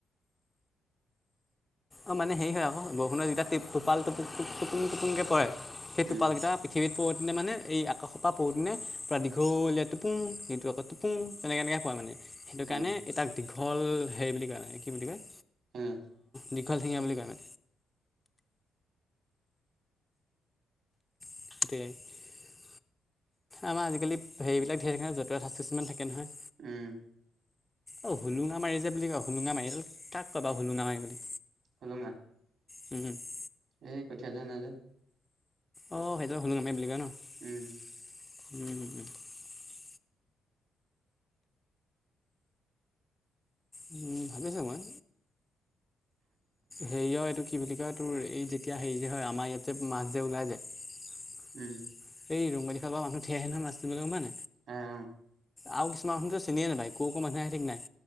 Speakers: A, on the left; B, on the right.
A: অ', মানে হেৰি হয় আকৌ বৰষুণৰ যেতিয়া টিপ টোপাল টোপুক টোপ টোপুনকে পৰে, সেই
B: উম
A: টোপাল কেইটা পৃথিৱীত পৰোতে মানে এই আকাশৰ পৰা পৰোতে ননে পুৰা দীঘলীয়া টোপু সিটো আকৌ টোপো তেনেকে এনেকে প মানে। সেইটো
B: উম
A: কাৰণে এটাক দীঘল হেৰি বুলি কয় মানে। কি বুলি কয়?
B: উম।
A: দীঘল ঠেঙীয়া বুলি কয়। <inaudible> আমাৰ আজিকালি হেবিলাক যতুৱ ঠাঁচ কিছুমান থাকে নহয়।
B: উম।
A: অ, হোুলুঙা মাৰি যে বুলি কয় হোুলুঙা মাৰি কাক কয় বাৰু হুলুঙা মাৰি বুলি?
B: সোলোঙা।
A: হম হু <unintelligible>
B: এই কঠীয়া যে নে যে। <unintelligible>
A: অ, সেইটোৱে হোলোঙা মাৰি বুলি কয় ন।
B: উম।
A: <inaudible> উম, ভালে আছো মই। হেৰিয় এইটো কি বুলি কয় তোৰ এই যেতিয়া হেৰি যে, আমাৰ ইয়াতে মাছ যে ওলাই যায়।
B: উম
A: এই ৰং <unintelligible> ল
B: আহ, অ।
A: আৰু কিছমান চিনিয়ে নাপায় ক ক মানুহে ঠিক নাই।